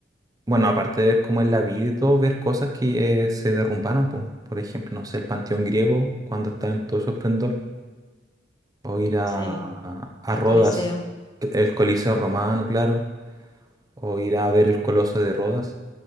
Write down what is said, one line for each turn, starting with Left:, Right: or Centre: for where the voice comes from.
Right: bueno, aparte de ver cómo es la vida y todo, ver cosas que eh, se derrumbaron, po. Por ejemplo, no sé, el Panteón griego cuando estaba en todo su esplendor, o ir a,
Left: Sí,
Right: a
Left: el
Right: Rodas,
Left: Coliseo,
Right: el Coliseo romano, claro, o ir a ver el Coloso de Rodas